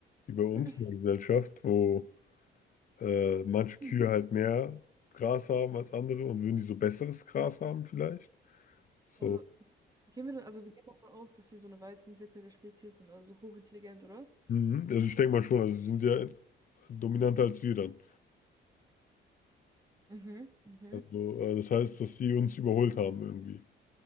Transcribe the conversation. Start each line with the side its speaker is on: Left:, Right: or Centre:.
Left: wie bei uns
Right: <laughs>
Left: in der Gesellschaft, wo äh, manche Kühe
Right: Hm.
Left: halt mehr Gras haben als andere und würden die so besseres Gras haben vielleicht? So.
Right: Also gehen wir, denn- also wir gehen davon aus, dass sie so eine weit entwickelte Spezies sind, also so hochintelligent, oder?
Left: Mhm. Also ich denke mal schon, also sie sind ja dominanter als wir dann.
Right: Mhm, mhm.
Left: Also, äh, das heißt, dass sie uns überholt haben irgendwie.